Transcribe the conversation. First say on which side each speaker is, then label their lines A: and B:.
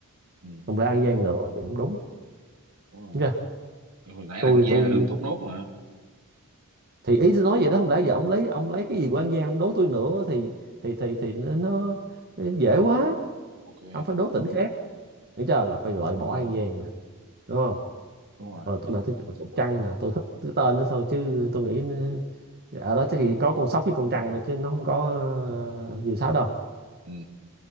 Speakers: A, on the right; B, on the right.
A: ừ,
B: không lẽ An Giang nữa thì không đúng
A: đúng rồi
B: nha
A: Thì hồi nãy
B: tôi
A: là ăn gian
B: tôi
A: là đường thốt nốt mà
B: thì ý tôi nói vậy đó không lẽ giờ ông lấy ông lấy cái gì của An Giang ông đố tôi nữa thì thì thì thì nó, nó dễ quá
A: ok
B: ông phải đố tỉnh khác hiểu chưa là coi loại
A: đúng
B: bỏ
A: rồi
B: An Giang nè đúng không
A: đúng rồi
B: rồi tôi lại thích con sóc trăng nè tôi thích cái tên đó thôi chứ tôi nghĩ nó- ở đó chắc chỉ có con sóc với con trăng thôi chứ nó không có ờ, diều sáo đâu
A: ừ